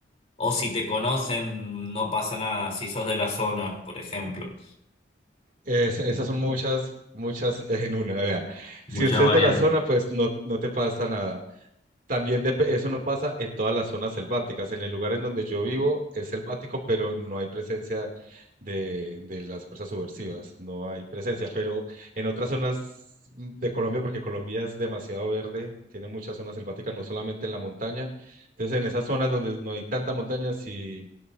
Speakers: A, on the left; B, on the right.
A: o si te conocen, no pasa nada, si sos de la zona, por ejemplo.
B: Es- esas son muchas, muchas <laughs> en una. Vea,
A: Muchas
B: si usted
A: variantes.
B: es de la zona, pues no, no te pasa nada. También dep- eso no pasa en todas las zonas selváticas. En el lugar en donde yo vivo es selvático, pero no hay presencia de, de las fuerzas subversivas, no hay presencia. Pero en otras zonas de Colombia, porque Colombia es demasiado verde, tiene muchas zonas selváticas, no solamente en la montaña. Entonces, en esas zonas donde no hay tanta montaña, si,